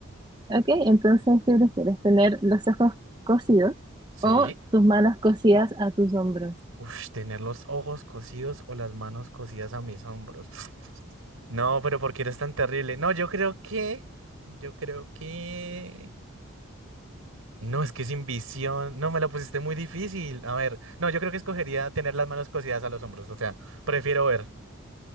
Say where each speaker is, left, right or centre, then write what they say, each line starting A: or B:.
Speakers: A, on the right; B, on the right.
A: Ok, entonces, ¿qué prefieres? ¿Tener los ojos cosidos
B: Sí.
A: o tus manos cosidas a tus hombros?
B: Uf, tener los ojos cosidos o las manos cosidas a mis hombros. <sniffs> No, pero ¿por qué eres tan terrible? No, yo creo que, yo creo que... No, es que sin visión. No, me la pusiste muy difícil. A ver, no, yo creo que escogería tener las manos cosidas a los hombros. O sea, prefiero ver.